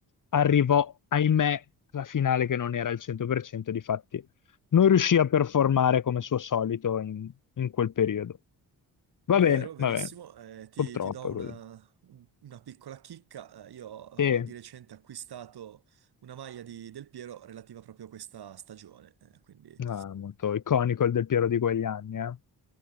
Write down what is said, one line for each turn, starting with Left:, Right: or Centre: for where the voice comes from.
Left: arrivò, ahimè, alla finale che non era al 100%, difatti non riuscì a performare come suo solito in, in quel periodo. Va
Right: Vero,
Left: bene,
Right: verissimo.
Left: va bene,
Right: Eh, ti,
Left: purtroppo
Right: ti do una,
Left: è così.
Right: una piccola chicca. Eh, io ho
Left: E,
Right: eh, di recente acquistato una maglia di Del Piero relativa proprio a questa stagione, eh, quindi eh,
Left: ah, molto iconico il Del Piero di quegli anni, eh.